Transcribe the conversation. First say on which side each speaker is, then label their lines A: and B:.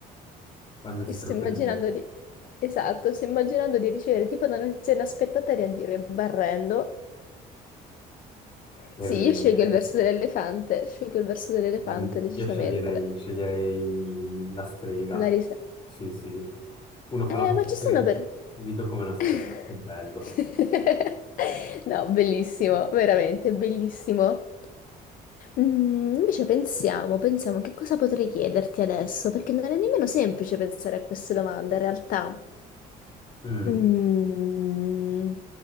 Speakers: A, on the left (about 30°); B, on the left (about 55°).
A: quando
B: Mi
A: ti
B: sto
A: sorprendi,
B: immaginando di... Esatto, sto immaginando di ricevere tipo una notizia inaspettata e reagire barrendo.
A: che
B: Sì,
A: è ridere.
B: io scelgo il verso dell'elefante, scelgo il verso dell'elefante
A: Mm,
B: decisamente.
A: Io sceglierei, sceglierei la strega,
B: La risa.
A: sì sì, uno fa
B: Eh,
A: la battuta
B: ma ci sono
A: e ridi-
B: per...
A: rido come una strega,
B: <laughs>
A: che bello.
B: No, bellissimo, veramente bellissimo. Mm, invece pensiamo, pensiamo che cosa potrei chiederti adesso, perché non è nemmeno semplice pensare a queste domande in realtà.
A: Mm.
B: Mm,